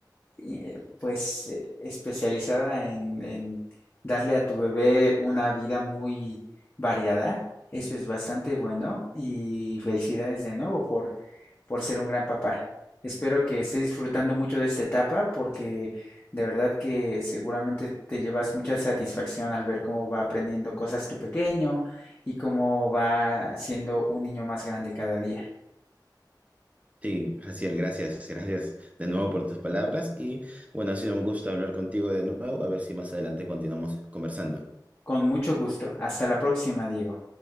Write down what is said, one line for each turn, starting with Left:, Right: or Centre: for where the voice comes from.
Left: eh, pues eh, especializada en, en darle a tu bebé una vida muy variada. Eso es bastante bueno y felicidades de nuevo por, por ser un gran papá. Espero que estés disfrutando mucho de esta etapa porque de verdad que seguramente te llevas mucha satisfacción al ver cómo va aprendiendo cosas tu pequeño y cómo va siendo un niño más grande cada día.
Right: Sí, Jaciel, gracias, gracias de nuevo por tus palabras y bueno, ha sido un gusto hablar contigo de nuevo, a ver si más adelante continuamos conversando.
Left: Con mucho gusto. Hasta la próxima, Diego.